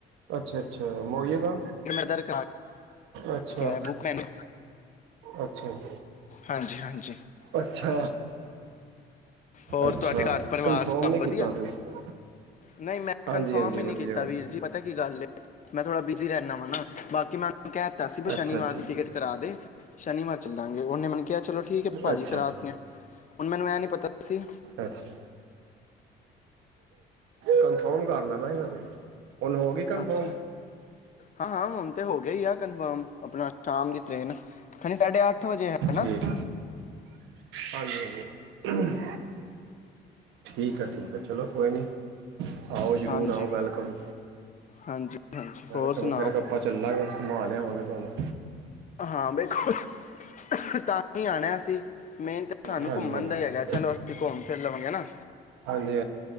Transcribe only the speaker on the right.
ਅੱਛਾ ਅੱਛਾ ਮਆ ਗ
ਅੱਛਾ
ਅੱਛਾ
ਅੱਛਾ
ਅੱਛਾ
ਕਨਫਰਮ
ਨਹੀਂ
ਕੀਤਾ ਤੁਸੀਂ
ਹਾਂਜੀ
ਹਾਂਜੀ
ਵਧੀਆ
ਵਧੀਆ
ਅੱਛਾ ਅੱਛਾ
ਅੱਛਾ
ਅੱਛਾ ਕਨਫਰਮ ਕਰ ਲੈਣਾ ਸੀ ਮੈਂ ਕੋਈ ਹੁਣ ਹੋ ਗਈ ਕੰਨਫਰਮ
ਠੀਕ ਹਾਂਜੀ ਹਾਂਜੀ ਠੀਕ ਆ ਠੀਕ ਆ ਚਲੋ ਕੋਈ ਨਹੀਂ ਆਓ ਜ਼ਰੂਰ
ਆਓ ਵੈਲਕਮ
ਵੈਲਕਮ
ਫਿਰ ਆਪਾਂ ਚੱਲਾਂਗੇ ਸਮਾ ਲਿਆਵਗੇ ਤੁਹਾਨੂੰ
ਹਾਂਜੀ
ਹਾਂਜੀ
ਹਾਂਜੀ